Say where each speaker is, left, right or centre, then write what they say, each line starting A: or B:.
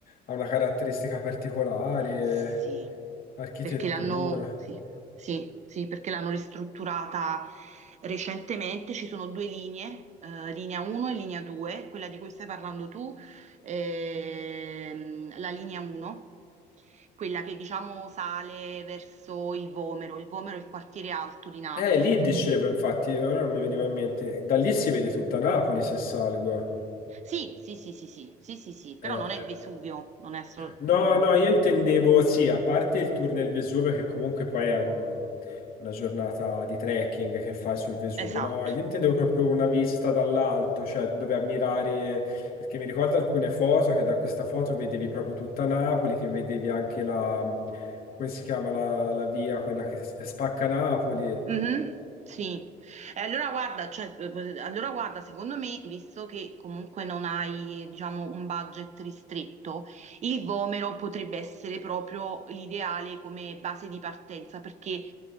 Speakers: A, on the left; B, on the right.
A: ha una caratteristica particolare,
B: sì,
A: architettura.
B: perché l'hanno sì, sì, sì, perché l'hanno ristrutturata recentemente, ci sono due linee, eh, linea 1 e linea 2, quella di cui stai parlando tu, ehm, la linea 1, quella che diciamo sale verso il Vomero, il Vomero è il quartiere alto di Napoli,
A: Eh, lì
B: perché
A: dicevo,
B: Mhm.
A: infatti, ora non mi veniva in mente. Da lì si vede tutta Napoli se salgo.
B: Sì, sì, sì, sì, sì, sì, sì, sì, però
A: Eh.
B: non è Vesuvio, non è assolutamente...
A: No, no, io intendevo, sì, a parte il tour nel Vesuvio, che comunque poi è un- una giornata di trekking che fai sul Vesuvio.
B: Esatto,
A: No, io intendevo proprio una vista dall'alto, cioè dove ammirare, perché mi ricordo alcune foto che da questa foto vedevi proprio tutta Napoli, che vedevi anche la, come si chiama, la, la via, quella che s- spacca Napoli.
B: Mhm, sì, e allora guarda, cioè, eh, allora guarda, secondo me, visto che comunque non hai, diciamo, un budget ristretto, il Vomero potrebbe essere proprio l'ideale come base di partenza, perché